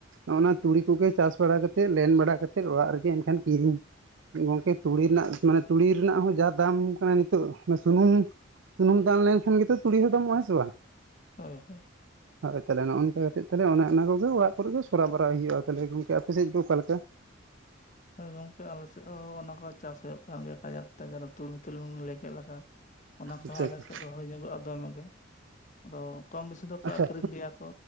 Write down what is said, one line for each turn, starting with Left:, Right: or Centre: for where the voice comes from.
Right: ᱱᱚᱭᱱᱟ ᱛᱩᱲᱤ ᱠᱚ ᱜᱮ ᱪᱟᱥ ᱵᱟᱲᱟ ᱠᱟᱛᱮᱫ ᱞᱮᱱ ᱵᱟᱲᱟ ᱠᱟᱛᱮᱫ ᱚᱲᱟᱜ ᱨᱮ ᱜᱮ ᱮᱱᱠᱷᱟᱱ ᱠᱤᱨᱤᱧ ᱜᱚᱝᱠᱮ ᱛᱩᱲᱤ ᱨᱮᱱᱟᱜ ᱢᱟᱱᱮ ᱛᱩᱲᱤ ᱨᱮᱱᱟᱜ ᱦᱚᱸ ᱡᱟᱦᱟᱸᱫᱟᱢ ᱠᱟᱱᱟ ᱱᱤᱛᱚᱜ ᱢᱟᱱᱮ ᱥᱩᱱᱩᱢ ᱥᱩᱱᱩᱢ ᱫᱟᱱ ᱞᱮᱱ ᱠᱷᱟᱱ ᱜᱮᱛᱚ ᱛᱩᱲᱤ ᱦᱚᱸᱫᱟᱢᱚᱜ ᱦᱮᱸ ᱥᱮ ᱵᱟᱝ
Left: ᱦᱳᱭ ᱦᱳᱭ
Right: <inaudible> ᱛᱟᱦᱞᱮ ᱱᱚᱭᱱᱚᱝᱠᱟ ᱠᱟᱛᱮᱜ ᱛᱟᱦᱞᱮ ᱚᱱᱮ ᱚᱱᱟ ᱠᱚ ᱜᱮ ᱚᱲᱟᱜ ᱠᱚ ᱨᱮ ᱜᱮ ᱥᱚᱨᱟᱵᱟᱨᱟᱭ ᱦᱩᱭᱩᱜᱼᱟ ᱛᱟᱦᱚᱞᱮ ᱜᱚᱝᱠᱮ ᱟᱯᱮ ᱥᱮᱫ ᱫᱚ ᱚᱠᱟ ᱞᱮᱠᱟ
Left: ᱦᱚᱭ ᱜᱚᱝᱠᱮ ᱟᱞᱮ ᱥᱮᱫ ᱦᱚᱸ ᱚᱱᱟ ᱠᱚ ᱪᱟᱥ ᱦᱩᱭᱩᱜ ᱠᱟᱱ ᱜᱮᱭᱟ ᱠᱟᱡᱟᱠ ᱛᱮ ᱜᱮ ᱛᱩᱲᱢᱤ ᱛᱩᱞᱤᱢᱤ ᱞᱮ ᱠᱮᱫ ᱞᱮᱠᱟ᱾ ᱚᱱᱟ ᱠᱚᱦᱚᱸ
Right: ᱟᱪᱪᱷᱟ
Left: ᱟᱞᱮ
Right: ᱟᱪᱪᱷᱟ
Left: ᱥᱮᱫ ᱫᱚ ᱦᱩᱭ ᱧᱚᱜᱚᱜᱼᱟ ᱫᱚᱢᱮ ᱜᱮ ᱟᱫᱚ ᱠᱚᱢ ᱵᱮᱥᱤ ᱫᱚ ᱠᱚ
Right: ᱟᱪᱪᱷᱟ
Left: ᱟᱠᱷᱨᱤᱧ ᱜᱮᱭᱟ ᱠᱚ